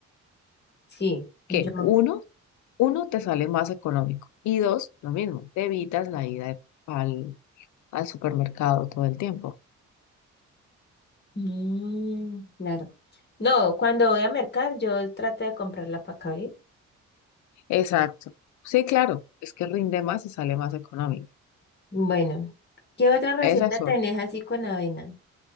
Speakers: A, on the left; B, on the left.
A: Sí, yo.
B: que uno Uno, te sale más económico. Y dos, lo mismo, te evitas la ida de- al, al supermercado todo el tiempo.
A: Mm, claro. No, cuando voy a mercar, yo trato de comprar la pacaví.
B: Exacto. Sí, claro, es que rinde más y sale más económico.
A: Bueno, ¿qué otra receta
B: Esas son.
A: tenés así con avena?